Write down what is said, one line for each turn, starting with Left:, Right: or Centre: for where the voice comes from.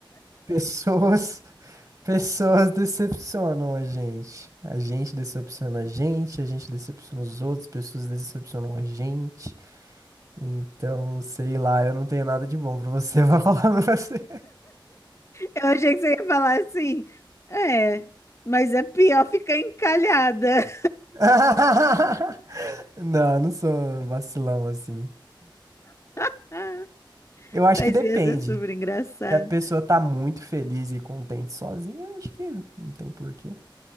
Right: Pessoas, <laughs> pessoas decepcionam a gente. A gente decepciona a gente, a gente decepciona os outros, pessoas decepcionam a gente. Então, sei lá, eu não tenho nada de bom pra você, <laughs> vou falar pra você.
Left: Eu achei que você ia falar assim. É, mas é pior ficar encalhada.
Right: <laughs> Não, não sou vacilão assim.
Left: <laughs>
Right: Eu acho
Left: Mas
Right: que depende.
Left: ia ser super engraçado.
Right: Se a pessoa tá muito feliz e contente sozinha, eu acho que não tem porquê.